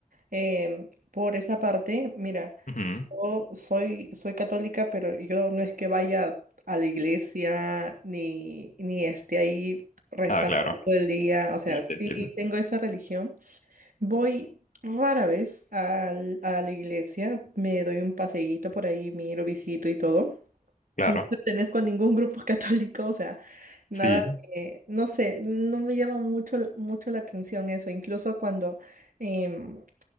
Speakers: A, on the right; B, on the left.
A: em, por esa parte. Mira,
B: Ujú.
A: yo soy, soy católica, pero yo no es que vaya a la iglesia ni, ni esté ahí rezando
B: Ah, claro.
A: todo el día. O sea,
B: Sí,
A: sí
B: te entiendo.
A: tengo esa religión Voy rara vez al- a la iglesia, me doy un paseíto por ahí, miro, visito y todo.
B: Claro.
A: No pertenezco a ningún grupo <laughs> católico, o sea, nada
B: Sí.
A: de- no sé, no me llama mucho, mucho la atención eso. Incluso cuando em,